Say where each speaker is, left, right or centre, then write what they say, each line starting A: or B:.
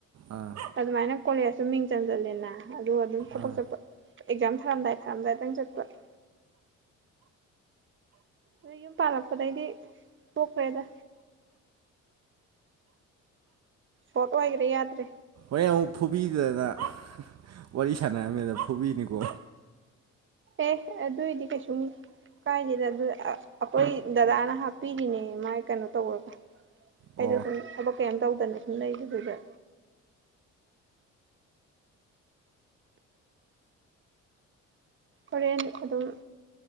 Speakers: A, on the right; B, on the right.
A: ꯑꯥ
B: ꯑꯗꯨꯃꯥꯏꯅ ꯀꯣꯂꯁꯨ ꯃꯤꯡ ꯆꯟ ꯆꯜꯂꯦꯅ ꯑꯗꯨꯒ ꯑꯗꯨꯝ ꯊꯕꯛ
A: ꯑꯥ
B: ꯆꯠꯄ ꯑꯦꯛꯖꯥꯝ ꯊꯥꯔꯝꯗꯥꯏ ꯊꯥꯔꯝꯗꯥꯏꯗꯪ ꯆꯠꯄ <inaudible> ꯑꯗꯨ ꯌꯨꯝ ꯄꯥꯜꯂꯛꯄꯗꯒꯤꯗꯤ ꯄꯣꯛꯈ꯭ꯔꯦꯗ ꯐꯣꯇꯣ ꯍꯥꯏꯔꯦ ꯌꯥꯗ꯭ꯔꯦ
A: ꯃ ꯑꯃꯨꯛ ꯐꯨꯕꯤꯗꯗꯅ ꯋꯥꯔꯤ ꯁꯥꯟꯅꯔꯝꯃꯤꯗ ꯐꯨꯕꯤꯅꯤꯀꯣ
B: ꯑꯦ ꯑꯗꯨꯏꯗꯤ ꯀꯩꯁꯨꯝ ꯀꯥꯏꯁꯤꯗ ꯑꯗꯨ ꯑꯩꯈꯣꯏ ꯗꯗꯥꯗꯥꯅ ꯍꯥꯞꯄꯤꯔꯤꯅꯦ ꯃꯥꯥꯏ ꯀꯩꯅꯣ ꯇꯧꯔꯒ ꯑꯩꯁꯨ
A: ꯑꯣ
B: ꯁꯨꯝ ꯊꯕꯛ ꯀꯩꯝ ꯇꯧꯗꯅ ꯁꯨꯝ ꯂꯩꯗꯨꯗꯨꯗ ꯍꯣꯔꯦꯟ ꯑꯗꯨꯝ